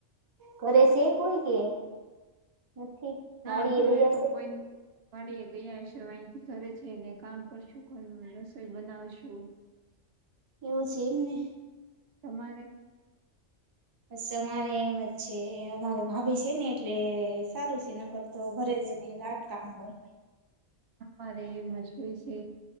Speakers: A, on the right; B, on the right.
A: ઘરે સે કોઈ કે નથી?
B: ના
A: વાડીએ
B: ઘરે
A: ગયા
B: તો
A: છે.
B: કોઈ વાડી એ ગયા હશે, હવે અહીથી ઘરે જઈને કામ કરશું ઘર, રસોઈ બનાવશું.
A: એવું સે એમ ને.
B: તમારે?
A: બસ અમારે એમ જ છે. અમારે ભાભી છે ને એટલે સારું સ નકર તો ઘરે જઈને લાટ કામ હોય.
B: અમારેય એમજ હોય સે.